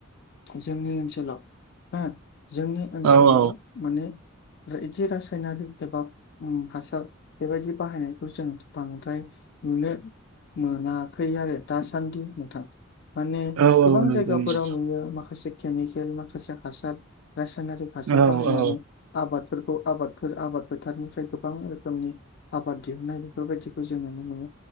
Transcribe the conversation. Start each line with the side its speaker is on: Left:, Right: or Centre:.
Left: जोंनि ओनसोलाव हो जोंनि ओनसोलाव
Right: औ औ
Left: माने आरो एदि रासायनारि एबा हासार बेबायदि बाहायनायखौ जों बांद्राय नुनो मोनाखै आरो दासान्दि नोंथां। माने
Right: औ औ
Left: गोबां
Right: नंगौ
Left: जायगाफोराव
Right: नंगौ
Left: नुयो माखासे केमिकेल माखासे हासार रासायनारिक हासार
Right: औ
Left: बाहायनानै
Right: औ
Left: आबादफोरखौ आबादफोर आबाद फोथारनिफ्राय गोबां रोखोमनि आबाद दिहुननाय बेफोरबायदिखौ जों नुनो मोनो